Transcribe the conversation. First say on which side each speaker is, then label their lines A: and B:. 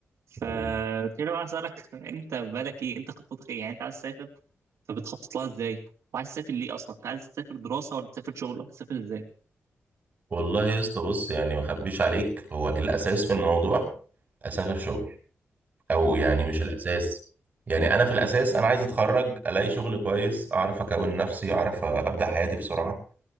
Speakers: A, on the right (about 90°); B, on the right (about 35°).
A: فكده
B: أيوة.
A: بقى أسألك <laughs> أنت بالك إيه أنت خطتك إيه يعني أنت عايز تسافر فبتخطط لها إزاي وعايز تسافر ليه أصلا أنت عايز تسافر دراسة ولا تسافر شغل ولا تسافر إزاي
B: والله يا اسطى بص يعني ما أخبيش عليك هو الأساس في الموضوع أسافر شغل او يعني مش الاساس يعني انا في الاساس انا عايز اتخرج الاقي شغل كويس اعرف اكون نفسي اعرف ابدا حياتي بسرعه